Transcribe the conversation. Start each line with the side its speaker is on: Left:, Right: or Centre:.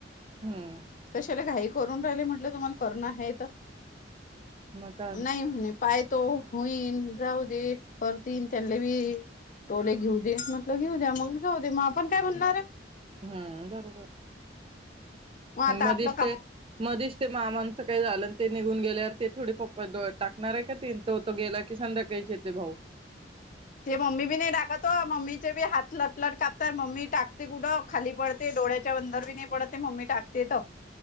Right: हम्म
Left: तशाला घाई करून राहिले म्हटलं तुम्हाला करणं आहे
Right: मग काय
Left: नाही म्हणे पाय तो होईन जाऊ दे करतील त्यांले बी टोले घेऊ दे म्हटलं घेऊ द्या मग जाऊ दे मग आपण काय म्हणणार आहे
Right: हम्म बरोबर
Left: आता
Right: आणि मग
Left: आपलं
Right: दिसते
Left: का
Right: मधीच ते मामांचं काही झालं ते निघून गेल्यावर ते थोडी पप्पात टाकणार आहे का तेी तो तो गेला की संध्याकाळीच येते भाऊ
Left: ते मम्मी बी नाही टाकतो मम्मीचे बी हात लटलट कापत मम्मी टाकते कुडं खाली पडते डोळ्याच्या अंदर बी नाही पडते मम्मी टाकते त